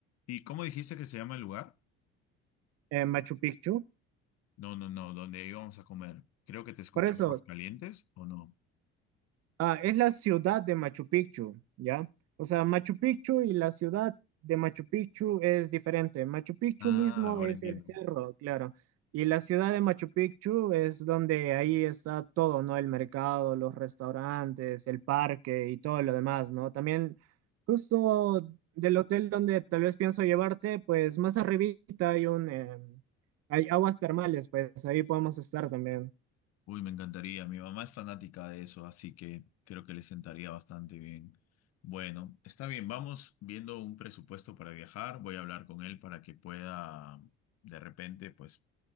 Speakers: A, on the left (about 55°); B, on the right (about 55°).
A: ¿Y cómo dijiste que se llama el lugar?
B: en Machu Picchu.
A: No, no, no, donde íbamos a comer. Creo que te escuché
B: Por eso,
A: Aguascalientes, ¿o no?
B: Ah, es la ciudad de Machu Picchu, ¿ya? O sea, Machu Picchu y la ciudad de Machu Picchu es diferente. Machu Picchu
A: Ah,
B: mismo
A: ahora
B: es
A: entiendo.
B: el cerro, claro. Y la ciudad de Machu Picchu es donde ahí está todo, ¿no? El mercado, los restaurantes, el parque y todo lo demás, ¿no? También justo del hotel donde tal vez pienso llevarte, pues más arribita hay un, eh, hay aguas termales, pues ahí podemos estar también.
A: Uy, me encantaría. Mi mamá es fanática de eso, así que creo que le sentaría bastante bien. Bueno, está bien, vamos viendo un presupuesto para viajar. Voy a hablar con él para que pueda, de repente, pues